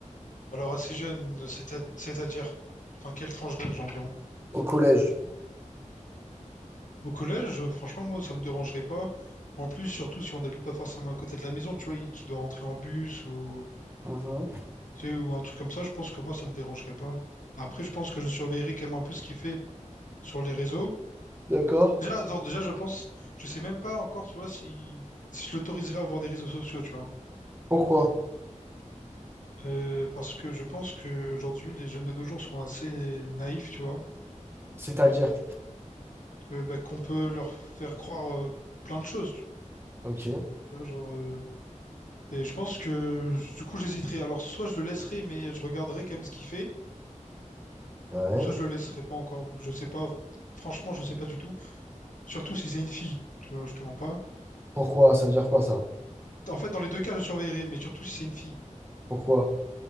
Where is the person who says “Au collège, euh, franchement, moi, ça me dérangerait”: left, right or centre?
Left